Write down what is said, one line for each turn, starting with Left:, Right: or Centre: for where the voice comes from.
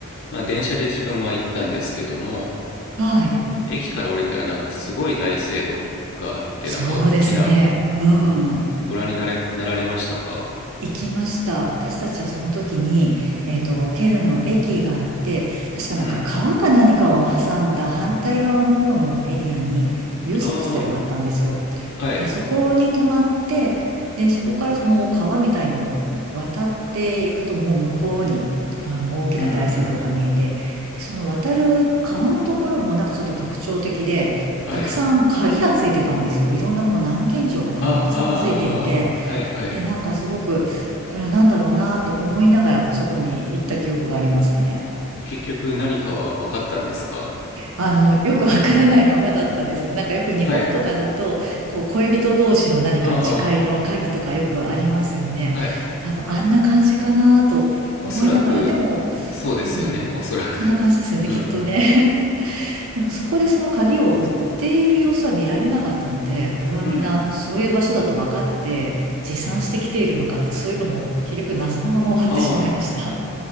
Left: まあ、電車で自分は行ったんですけども
Right: はい。
Left: 駅から降りたらなんかすごい大聖堂があってなんか大きな、
Right: そうですね。うん。
Left: うん、ご覧になれなられましたか
Right: 行きました。私たちはその時に、えっと、ケルンの駅があって、確かなんか川か何かを挟んだ反対側の方のエリアに、
Left: うん
Right: ユースホステルがあったんですよ。
Left: ああはい
Right: で、そこに泊まって、で、そこからその川みたいのを渡っていくと、もう向こうに、あの、大きな大聖堂が見えて、
Left: うんうん
Right: で、その渡る川のところもなんかちょっと特徴的で、
Left: はい
Right: たくさん鍵がついてたんですよ。いろんなこう南京錠がたくさんついていて、
Left: ああああはいはい
Right: で、なんかすごく、これは何だろうなと思いながらそこに行った記憶がありますね。
Left: 結局何かは分かったんですか
Right: あの、よくわからないままだったんです。なんかよく日本とかだと、
Left: はい
Right: こう、恋人同士の何か誓いの鍵とかよくありますよね。
Left: ああはい
Right: 多分あんな感じかなと思いながら、
Left: おそらく、
Right: でも、
Left: そうですよね、
Right: うん、
Left: おそらく。
Right: そんな感じですよね、
Left: うん。
Right: きっとね。<laughs> でもそこでその鍵を売っている様子は見られなかったので、これはみんなそういう場所だと分かって持参してきているのかって、
Left: うん。
Right: そういうのも結局謎のまま終わってしまいました。
Left: ああ、